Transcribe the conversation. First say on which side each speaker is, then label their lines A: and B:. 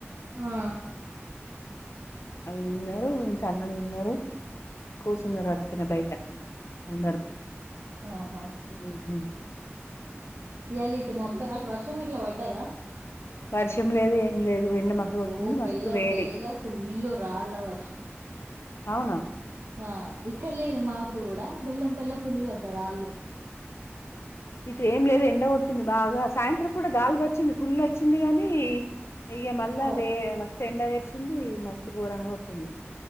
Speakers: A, on the right; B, on the left.
A: ఆ
B: అవి నిన్నారు ఇంత అన్న నిన్నారు కూసున్న
A: ఆ
B: రా అతికిన బయట అందరూ
A: ఆహా
B: ఉహు
A: ఇయాలిటు మబ్బు అటు వర్షం గిట్ల వడ్డదా
B: వర్షం లేదు ఏం లేదు ఎండ మస కొట్టింది
A: ఓ
B: మస్తు
A: బెల్లం
B: వేడి
A: పెళ్లిలో ఫుల్లు రాళ్ళ వర్షం
B: అవునా
A: ఆ ఇక్కడ లేదు మాకు కూడా బెల్లం పెల్ల ఫుల్ అట రాళ్ళు
B: ఇటు ఏం లేదు ఎండ కొట్టింది బాగా సాయంత్రం పూట గాల్పోచ్చింది ఫుల్ వచ్చింది గానీ ఇయ మల్ళ
A: ఓ,
B: వే మస్త్ ఎండ వేర్స్ చ్చింది మస్తు ఘోరంగా కొట్టింది